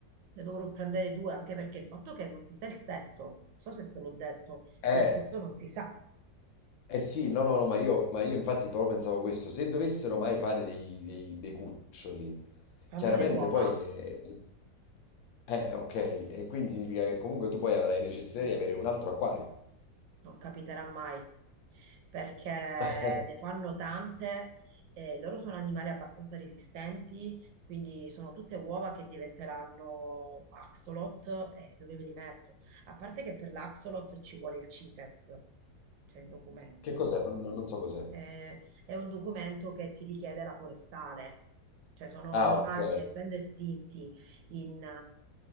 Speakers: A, on the right; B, on the left.
A: ne dovrò prendere due, anche perché il fatto che non si sa il sesso, non so se te l'ho detto
B: eh
A: che il sesso non si sa.
B: eh sì, no, no, no, ma io, ma io infatti proprio pensavo questo, se dovessero mai fare dei, dei- dei cuccioli,
A: Fanno
B: chiaramente
A: le uova,
B: poi è, è- eh, ok, e quindi significa che comunque tu poi avrai necessità di avere un altro acquario.
A: non capiterà mai, perché
B: <laughs>
A: ne fanno tante e loro sono animali abbastanza resistenti, quindi sono tutte uova che diventeranno axolot e dove me li metto? A parte che per l'axolot ci vuole il CITES, cioè il documento.
B: Che cos'è? Non, non- non so cos'è.
A: Eh, è un documento che ti richiede la forestale, cioè sono
B: Ah,
A: animali
B: ok,
A: che essendo estinti in, eh,